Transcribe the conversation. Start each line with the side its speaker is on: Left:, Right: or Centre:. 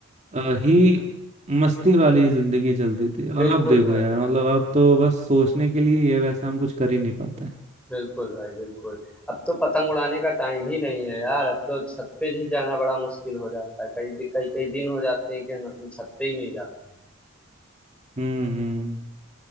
Right: अ, ही मस्ती वाली जिंदगी चलती थी और
Centre: बिल्कुल
Right: अब देखो
Centre: भाई
Right: यार मतलब अब तो बस सोचने के लिए ये वैसा हम कुछ कर ही नहीं पाते हैं।
Centre: बिल्कुल भाई बिल्कुल अब तो पतंग उड़ाने का टाइम ही नहीं है यार अब तो छत पे ही जाना बड़ा मुश्किल हो जाता है कई कई कई दिन हो जाते हैं कि हम अपनी छत पे ही नहीं जाते
Right: हम्म हम्म